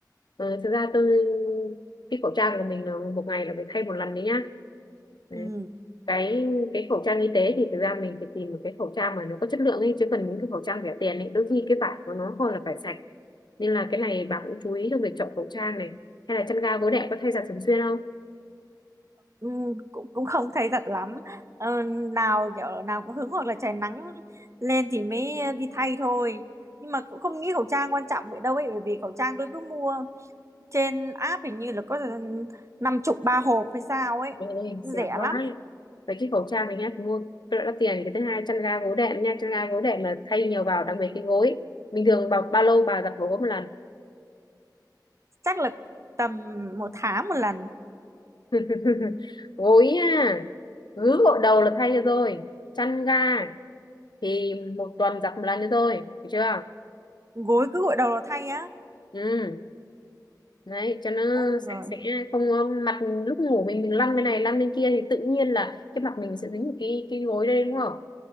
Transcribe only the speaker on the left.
Ờ, thực ra tôi cái khẩu trang của mình là một ngày là phải thay một lần đấy nhá đấy.
cái cái khẩu trang y tế thì thực ra mình phải tìm một cái khẩu trang mà nó có chất lượng ấy chứ còn những cái khẩu trang rẻ tiền ấy đôi khi cái vải của nó không là vải sạch nên là cái này bà cũng chú ý trong việc chọn khẩu trang này hay là chăn ga gối đệm có thay giặt thường xuyên không
Trời ơi,
rẻ quá
ấy. Vậy cái khẩu trang này nhá, mua cái đó đắt tiền cái thứ hai chăn ga gối đệm nha chăn ga gối đệm là thay nhiều vào đặc biệt cái gối bình thường bao, bao lâu bà giặt gối một lần
<laughs> gối à gứ gội đầu là thay cho rồi chăn ga thì một tuần giặt một lần cho rồi được chưa
ừ đấy cho nó
sạch sẽ không có mặt lúc ngủ mình mình lăn bên này lăn bên kia thì tự nhiên là cái mặt mình sẽ dính vào cái cái gối đây đúng không